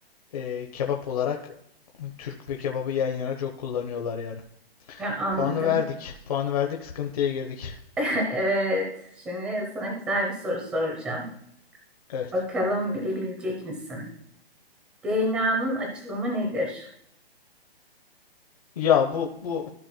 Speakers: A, on the left; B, in the centre.
A: e, kebap olarak Türk ve kebabı yan yana çok kullanıyorlar yani.
B: Ya, anladım.
A: Puanı verdik. Puanı verdik, sıkıntıya girdik.
B: <laughs> Evet. Şimdi sana güzel bir soru soracağım.
A: Evet.
B: Bakalım bilebilecek misin? DNA'nın açılımı nedir?
A: Ya bu bu